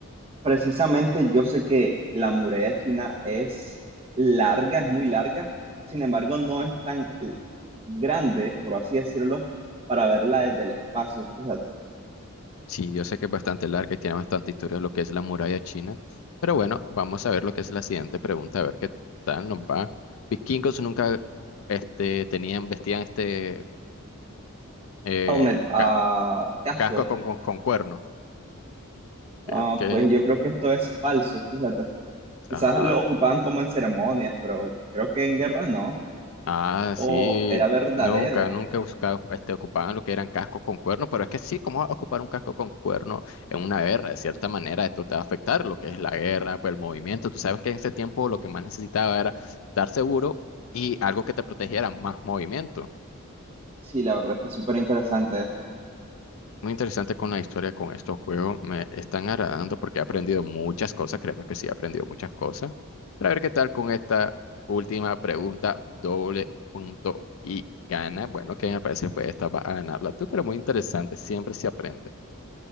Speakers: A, on the right; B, on the left.
A: Precisamente yo sé que la muralla china es larga, es muy larga, sin embargo no es tan l- grande, por así decirlo, para verla desde el espacio, fíjate.
B: Sí, yo sé que es bastante larga y tiene bastante historia lo que es la muralla china, pero bueno, vamos a ver lo que es la siguiente pregunta, a ver qué tal nos va. Vikingos nunca este, tenían, vestían este eh,
A: Helmet, ah,
B: ca-
A: casco,
B: casco con, con, con cuerno. Creo
A: ah,
B: que
A: pues yo creo que esto es falso, fíjate. Quizás
B: ah,
A: lo ocupaban como en ceremonias, pero creo que en guerra no,
B: Ah,
A: o
B: sí,
A: era verdadero.
B: nunca, nunca buscaba, este, ocupaban lo que eran cascos con cuerno, pero es que sí, ¿cómo vas a ocupar un casco con cuerno en una guerra? De cierta manera, esto te va a afectar lo que es la guerra, pues el movimiento. Tú sabes que en ese tiempo lo que más necesitaba era estar seguro y algo que te protegiera, más movimiento.
A: Sí, la verdad es que es súper interesante esto.
B: Muy interesante con la historia con estos juegos. Me están agradando porque he aprendido muchas cosas. Créeme que sí, he aprendido muchas cosas. para ver qué tal con esta última pregunta, doble punto y gana. Bueno, que me parece fue esta, va a ganarla tú, pero muy interesante. Siempre se aprende.